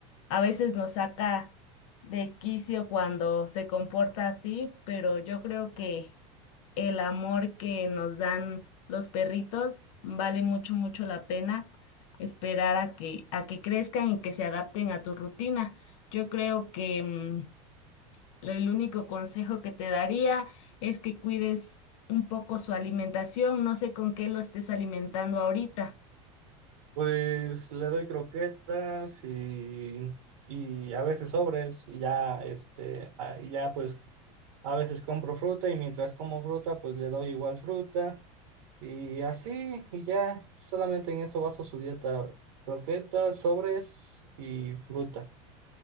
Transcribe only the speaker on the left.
a veces nos saca de quicio cuando se comporta así, pero yo creo que el amor que nos dan los perritos vale mucho, mucho la pena esperar a que, a que crezcan y que se adapten a tu rutina. Yo creo que mm, el único consejo que te daría es que cuides un poco su alimentación. No sé con qué lo estés alimentando ahorita.